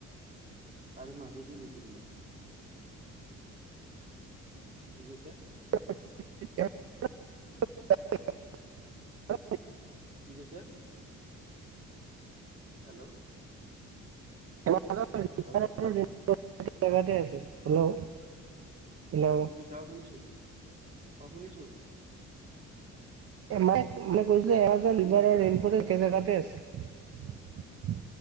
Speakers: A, on the right; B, on the right.
A: তাৰে মাজেদি গৈছে তোমাৰ কি কৈছা
B: <unintelligible> অ
A: কি কৈছে হেল্ল'
B: <unintelligible>
A: হেল্ল'
B: তে আ হেল্ল' হেল্ল'
A: কি কৈছা অ শুনিছো অ শুনিছো
B: মায় মানে কৈছো এমাজন
A: শুনিছো
B: ৰিভাৰ আৰু ৰেইন ফৰেষ্ট একে জেগাতে আছে।